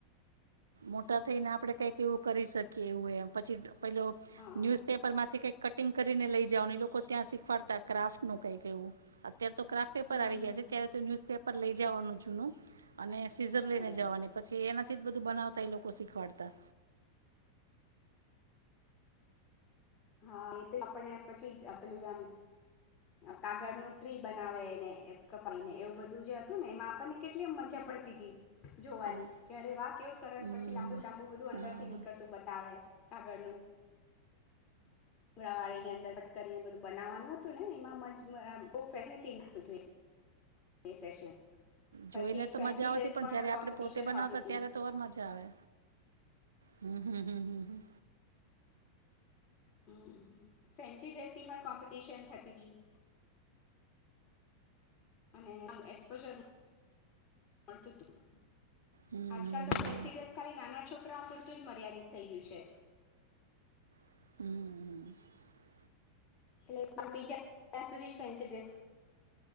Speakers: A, on the right; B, on the left.
A: મોટા થઈને આપડે કઈક એવું કરી શકીએ એવું એમ પછી પેલો
B: હા
A: ન્યુઝપેપર માંથી કઈ કટિંગ કરીને લઈ જવાની લોકો ત્યાં શીખ <unintelligible> ક્રાફ્ટ નું કઈક એવું. અત્યારે તો ક્રાફટ પેપર
B: હમ
A: આવી
B: હમ
A: ગયા છે ત્યારે તો ન્યૂઝ પેપર લઈ જવાનું જુનું અને સીઝર લઈને
B: બરાબર
A: જવાની પછી એના તેજ બધું બનાવતા એ લોકો શીખવાડતા.
B: હા એ તે આપણેને પછી પેલું જેમ કાગળ નું ટ્રી બનાવેને કપાઈને એવું બધું જે હતું ને એમાં આપણને કેટલી મજા પડતી હતી જોવાની
A: હા
B: કે અરે વા કે એવું સરસ
A: હમ
B: પછી લાંબુ લાંબુ બધું
A: હા
B: અંદર થી
A: હા
B: નીકળતું બતાવે કાગળનું મળાવાળડીની અંદર કટ કરીને બધું બનાવવાનું હતું ને એમાં <inaudible> બહુ ફેસિલિટી <inaudible> હતું. એ સેશન
A: જોઈ
B: પછી
A: ને તો
B: ફેન્સી
A: મજા આવતી
B: ડ્રેસ
A: પણ જયારે આપડે
B: કોમ્પિટિશન
A: પોતે બનાવતા
B: હોતી હતી
A: ત્યારે તો ઓર મજા આવે. હમમ હમમ હમમ હમમ હમમ.
B: હમમ <inaudible> ફેન્સી ડ્રેસની પણ કોમ્પિટિશન થતી દૂર અને અંમ એક્સપોજર, મળતું હતું.
A: હમ
B: આજકાલ
A: હમ
B: તો
A: હમ
B: ફેન્સી ડ્રેસ ખાલી નાના છો શ્રમ પૂરતું જ મર્યાદિત થઈ ગયું છે.
A: હું હું હું.
B: એટલે અંમ, બીજા ત્યાં સુધી જ ફેન્સી ડ્રેસ,